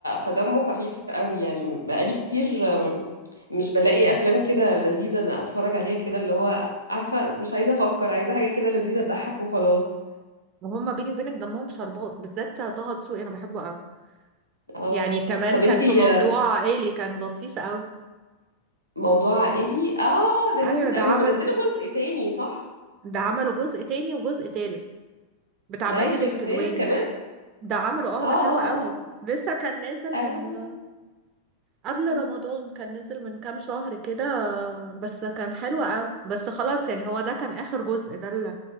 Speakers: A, on the right (about 80°); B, on the right (about 35°).
A: فدمه خفيف قوي يعني بقالي كتير آم، مش بلاقي افلام كده لذيذه انا اتفرج عليها كده اللي هو عارفه مش عايزه افكر عايزه حاجه كده لذيذه تضحك وخلاص
B: وهم بيني وبينك دمهم شربات بالذات طه دسوقي انا بحبه قوي
A: اه
B: يعني كمان
A: طب
B: كان
A: انتي
B: في موضوع
A: آه،
B: عائلي كان لطيف قوي
A: موضوع عائلي اه ده
B: ايوه
A: لذيذ
B: ده
A: قوي
B: عمل
A: هم نزلوا جزء تاني صح
B: ده عملوا جزء تاني وجزء تالت بتاع
A: لا
B: ماجد
A: يا شيخ
B: الكدواني
A: تالت كمان
B: ده عمله
A: اه
B: اه ده حلو
A: اه
B: قوي
A: اه
B: لسه كان نازل
A: اه
B: من
A: آه،
B: قبل
A: مم.
B: رمضان كان نزل من كام شهر كده بس كان حلو قوي بس خلاص يعني هو ده كان آخر جزء ده ال-